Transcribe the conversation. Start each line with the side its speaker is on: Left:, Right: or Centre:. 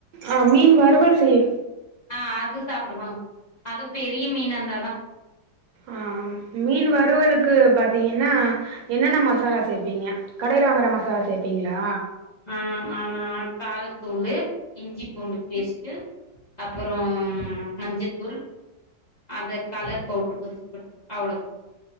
Right: ஆஹ் மீன் வறுவல் செய்ய
Left: ஆஹ் அது சாப்புடுவாங்க அதுவும் பெரிய மீனா இருந்தான்
Right: ஆஹ் மீன் வறுவலுக்கு பாத்தீங்கன்னா என்னென்ன மசாலா சேப்பீங்க கடையில வாங்குற மசாலா சேப்பீங்ளா
Left: ஆ ஆமா காரத்தூள் இஞ்சி பூண்டு பேஸ்ட்டூ அப்புறம் மஞ்சத்தூள் அந்த கலர் பவுட்ரு கொஞ்சம் போட்டு அவ்ளோ தான்